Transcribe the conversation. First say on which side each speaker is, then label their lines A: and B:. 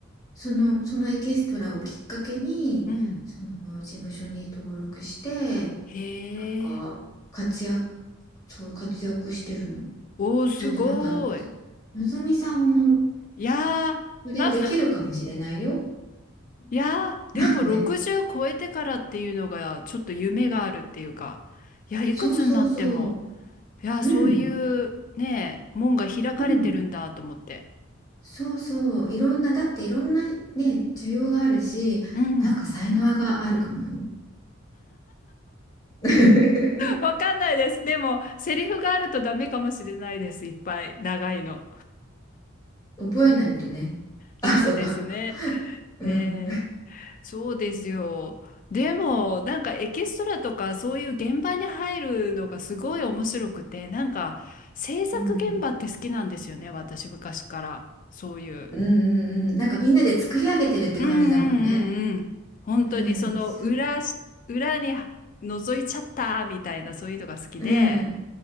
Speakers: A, on the left; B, on the left.
A: その、そのエキストラをきっかけにその事務所に登録して
B: うん。うん。へ
A: なんか活躍、
B: え。
A: そう活躍してるの。
B: おー、すごい。
A: ちょっとなんかの、のぞみさんも
B: いやー、
A: それできるかもしれないよ。
B: なんか <laughs>、いやー、でも60超えてからっていうのが、
A: なんで
B: ちょっと夢があるっていうか、いや、いくつになっても。
A: そうそうそ
B: いや、
A: ううん
B: そういうね、門が開かれてるんだと思って。
A: うん。そうそう、いろんな、だっていろんなね、需要があるし、
B: うん。
A: なんか才能があるかもよ。<laughs>
B: わかんないです。でも、セリフがあるとダメかもしれないです。いっぱい。長いの。
A: 覚えないとね。<laughs>
B: そうですね。
A: あ、そうか。うん。
B: ねえ。そうですよ。でも、なんかエキストラとかそういう現場に入るのがすごい面白くて、なんか制作現場って好きなんですよね。
A: うん。
B: 私昔から。そういう。
A: うんうんうん。なんかみんなで作り上げてるって感じだもんね。
B: うんうんうんうん。本当にその裏し、
A: うん。す、うん。
B: 裏に覗いちゃったみたいなそういうのが好きで、
A: うん